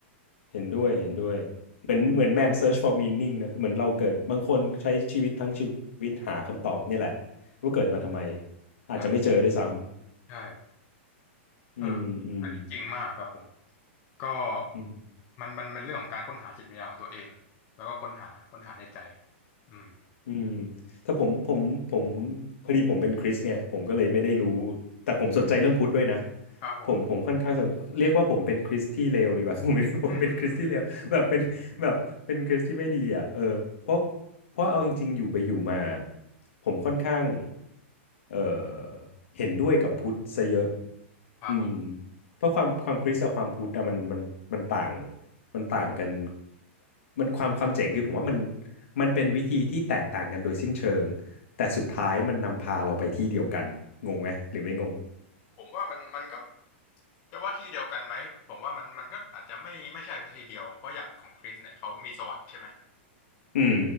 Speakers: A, on the left; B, on the left.
A: เห็นด้วย เห็นด้วย เหมือนเหมือน man search for meaning นะ เหมือนเราเกิดบางคนใช้ชีวิตทั้งชีวิตหาคำตอบเนี่ยแหละว่าเกิดมาทำไมอาจจะไม่เจอด้วยซ้
B: ใช่ใช่
A: ำ อืม
B: เอออันนี้จริงมากครับผม
A: อืม
B: ก็
A: อืม
B: มันมันเป็นเรื่องของการค้นหาจิตวิญญาณของตัวเองแล้วก็ค้นหาค้นหาในใจอืม
A: อืมถ้าผมผมผมพอดีผมเป็นคริสต์ไงผมก็เลยไม่ได้รู้แต่ผมสนใจเรื่องพุทธด้วยนะ
B: ครับผม
A: ผมผมค่อนข้างสนเรียกว่าผมเป็นคริสต์ที่เลวดีกว่า <laughs> ผมไม่ได้ผมเป็นคริสต์ที่เลวแบบเป็นแบบเป็นคริสต์ที่ไม่ดีอ่ะเออเพราะ
B: <coughs>
A: เพราะเอาจริงๆอยู่ไปอยู่มาผมค่อนข้างเออเห็นด้วยกับพุทธซะเยอะ
B: <laughs> ครับผม
A: อืม เพราะความความคริสต์กับความพุทธอะมันมันมันต่างมันต่างกันมันความความเจ๋งคือผมว่ามันมันเป็นวิธีที่แตกต่างกันโดยสิ้นเชิงแต่สุดท้ายมันนำพาเราไปที่เดียวกันงงไหมหรือไม่งง
B: ผมว่ามันมันก็ จะว่าที่เดียวกันไหมผมว่ามันมันก็อาจจะไม่ไม่ใช่ซะทีเดียวเพราะอย่างของคริสเนี่ยเขามีสวรรค์ใช่ไหม
A: อืม